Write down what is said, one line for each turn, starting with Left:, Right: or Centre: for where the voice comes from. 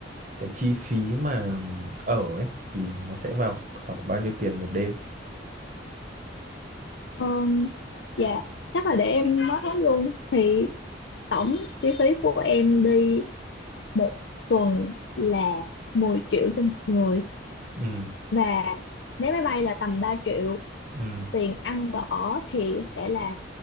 Right: cái chi phí mà ở ấy thì nó sẽ vào khoảng bao nhiêu tiền một đêm
Left: Ờm, dạ chắc là để em nói hết luôn thì tổng chi phí của em đi một tuần là 10 triệu cho một người
Right: ừ,
Left: và vé máy bay là tầm ba triệu
Right: ừ,
Left: tiền ăn và ở thì sẽ là